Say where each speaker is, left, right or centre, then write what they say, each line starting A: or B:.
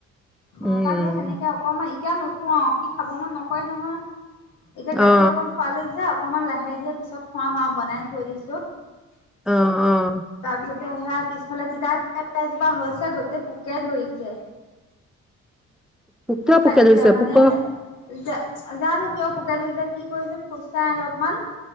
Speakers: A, on the left; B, in the centre.
A: অ
B: উম
A: তাক সেই তেনেকে অকমান এতিয়া নোখোৱাও সি খাব মন নকয় নহয় এতিয়া গাখীৰ
B: অ
A: অকণ খোৱাই লৈ যাক অকমান লাহে দিয়ে পিছত খোৱাম আৰু বনাই থৈ দিছো
B: অ অ
A: তাৰপিছত সেয়া পিছফালে তিতাকেৰেলা এজোপা হৈছে গোতেই পোকে ধৰিছে।
B: কিয়
A: পোক
B: পোকে
A: লাগিছে
B: ধৰিছে
A: মানে
B: পোক
A: জা জানো কিয় পোক ই যে কি কয় যে খুচাই অলপমান